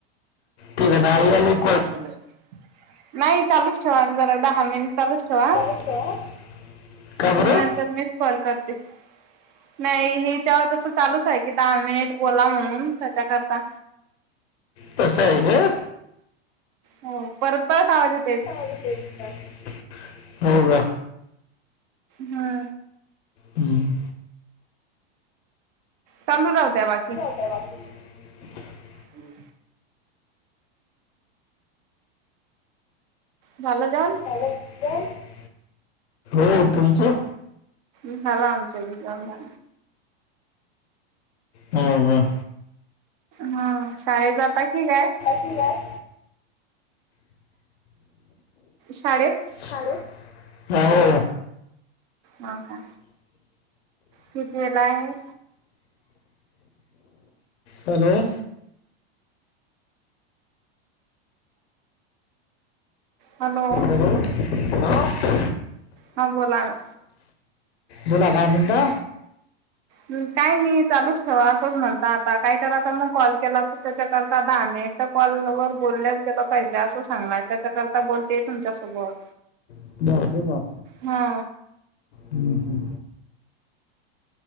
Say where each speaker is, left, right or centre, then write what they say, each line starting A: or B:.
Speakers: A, on the left (about 80°); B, on the right (about 45°).
A: हो <unintelligible> <unintelligible>
B: नाही चालूच ठेवा जरा दहा मिनिट चालूच ठेवा.
A: <unintelligible> का
B: मग
A: बरं
B: नंतर मीच कॉल करते. नाही हेच्यावर तसं चालूच आहे. कि दहा मिनिट बोला म्हणून कश्याकरता
A: तसं आहे का?
B: हो परत परत आवाज येत
A: <unintelligible> हो गा.
B: हा.
A: हम्म.
B: चालू राहू द्या बाकी
A: <unintelligible>
B: हम्म. झालं जेवण?
A: याला. <unintelligible> हो. तुमचं?
B: झाला आमचं बी दोनदा.
A: हो का?
B: हा शाळेत जाता की काय?
A: ठिक आहे.
B: शाळेत
A: शाळेत हो.
B: हो का कितवीला आहे?
A: हॅलो
B: हॅलो,
A: हा?
B: हा बोला ना.
A: बोला काय म्हणता?
B: हम्म काय नाही चालूच ठेवा असंच म्हणता आता काय कराता मग कॉल केला तर त्याच्याकरता दानेट कॉलवर बोललंच गेलं पाहिजे असं सांगणं हाय. त्याच्याकरता बोलतेय तुमच्यासोबत.
A: <unintelligible> हम्म
B: हा
A: हम्म.